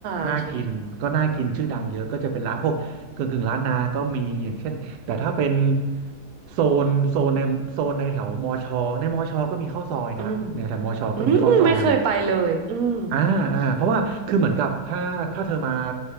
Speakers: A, on the right (about 65°); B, on the right (about 80°).
A: โอเค
B: น่ากินก็น่ากินชื่อดังเยอะก็จะเป็นร้านพวกกึ่งกึ่งร้านนาก็มีอย่างเช่นแต่ถ้าเป็นโซนโซนในโซนในแถวมอชอในมอชอก็มีข้าวซอยนะในแถวมอชอก็มีข้าวซอย
A: อืมอืมไม่เคยไปเลยอืม
B: อ่าอ่าเพราะว่าคือเหมือนกับถ้าถ้าเธอมา